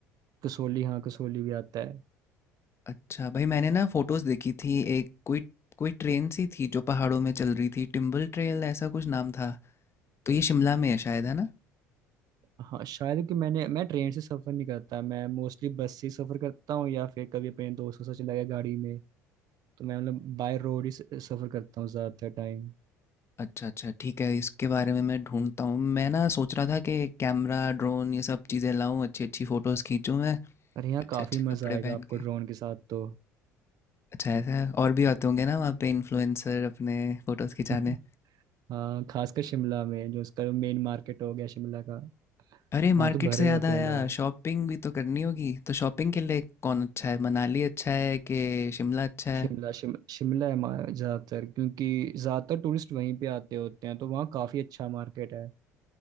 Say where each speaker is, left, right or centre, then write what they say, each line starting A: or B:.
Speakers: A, on the right; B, on the left.
A: कसोली हाँ कसोली भी आता है
B: अच्छा भाई मैंने ना फोटोज देखी थी एक कोई कोई ट्रेन सी थी जो पहाड़ों में चल रही थी टिम्बल ट्रेल ऐसा कुछ नाम था तो ये शिमला में है शायद है ना
A: हाँ शायद कि मैंने मैं ट्रेन से सफर नहीं करता मैं मोस्टली बस से ही सफर करता हूँ या फिर कभी अपने दोस्तों से चला गया गाड़ी में तो मैं मतलब बाय रोड ही स- सफर करता हूँ ज्यादातर टाइम
B: अच्छा अच्छा ठीक है इसके बारे में मैं ढूंढता हूँ मैं ना सोच रहा था कि कैमरा ड्रोन ये सब चीज़ें लाऊं अच्छी अच्छी फोटोज खींचूं मैं
A: अरे यहाँ
B: अच्छे
A: काफी
B: अच्छे
A: मजा
B: कपड़े
A: आएगा
B: पहन
A: आपको
B: के
A: ड्रोन के साथ तो
B: अच्छा ऐसा है और भी आते होंगे ना वहाँ पे इन्फ्लुएंसर अपने फोटोज खिंचाने
A: <laughs> हाँ खासकर शिमला में जो उसका मेन मार्केट हो गया शिमला का
B: अरे
A: वहां
B: मार्केट
A: तो भरे
B: से याद
A: होते
B: आया
A: हैं लोग
B: शॉपिंग भी तो करनी होगी तो शॉपिंग के लिए कौन अच्छा है मनाली अच्छा है कि शिमला अच्छा है
A: शिमला शिम, शिमला है मा- ज्यादातर क्योंकि ज्यादातर टूरिस्ट वहीं पे आते होते हैं तो वहाँ काफी अच्छा मार्केट है